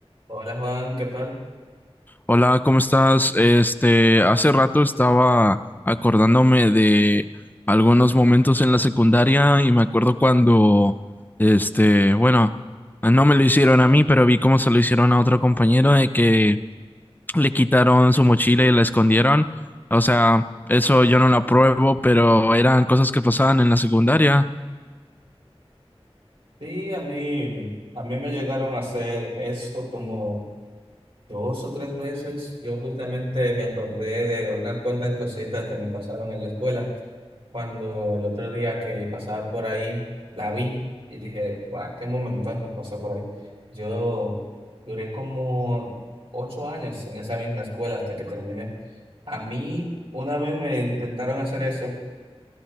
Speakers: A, on the right; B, on the left.
A: Hola Juan, ¿qué tal?
B: Hola, ¿cómo estás? Este, hace rato estaba acordándome de algunos momentos en la secundaria y me acuerdo cuando, este, bueno, no me lo hicieron a mí, pero vi cómo se lo hicieron a otro compañero de que le quitaron su mochila y la escondieron. O sea, eso yo no lo apruebo, pero eran cosas que pasaban en la secundaria.
A: Sí, a mí, a mí me llegaron a hacer eso como dos o tres veces. Yo justamente me acordé de unas cuantas cositas que me pasaron en la escuela cuando el otro día que pasaba por ahí la vi y dije, guau, qué momentazo pasó por ahí. Yo duré como ocho años en esa misma escuela hasta que terminé. A mí una vez me intentaron hacer eso